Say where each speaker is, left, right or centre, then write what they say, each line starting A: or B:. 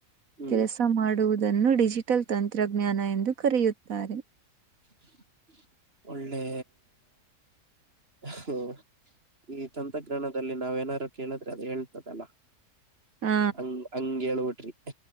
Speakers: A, on the right (about 40°); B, on the right (about 60°).
A: ಹ್ಮ್
B: ಕೆಲಸ ಮಾಡುವುದನ್ನು ಡಿಜಿಟಲ್ ತಂತ್ರಜ್ಞಾನ ಎಂದು ಕರೆಯುತ್ತಾರೆ.
A: <unintelligible> ಒಳ್ಳೆ ಹ್ಮ ಈ ತಂತ್ರಜ್ಞಾನದಲ್ಲಿ ನಾವ್ ಏನಾರು ಕೇಳಿದ್ರೆ ಅದು ಹೇಳ್ತದಲ್ಲ.
B: ಹಾ
A: ಹಂಗ್ ಹಂಗ ಹೇಳ್ಬಿಟ್ರಿ.